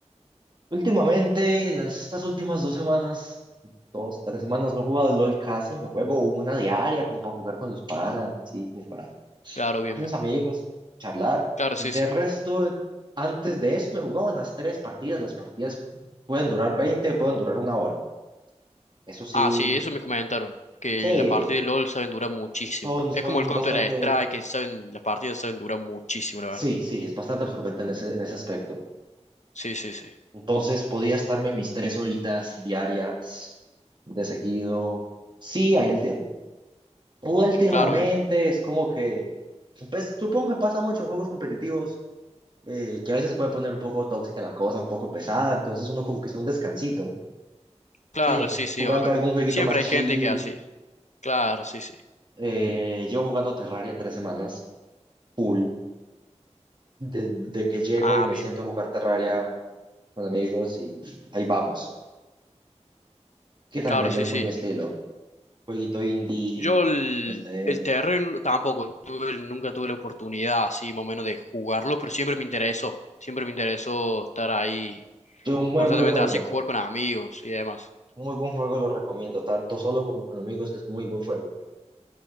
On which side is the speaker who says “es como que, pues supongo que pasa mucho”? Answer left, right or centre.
Right